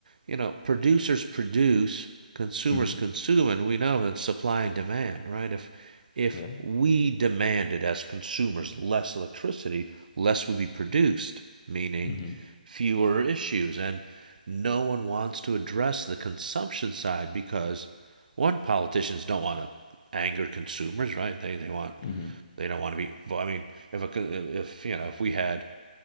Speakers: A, on the right (about 65°); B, on the left (about 25°).
A: you know, producers produce, consumers
B: hmm
A: consume, and we know it's supply and demand, right? If if
B: yeah.
A: we demanded as consumers less electricity, less would be produced, meaning
B: hmm
A: fewer issues. And no one wants to address the consumption side because one, politicians don't want to anger consumers, right? They they want
B: hmm
A: they don't want to be. I mean, if a, co- if you know, if we had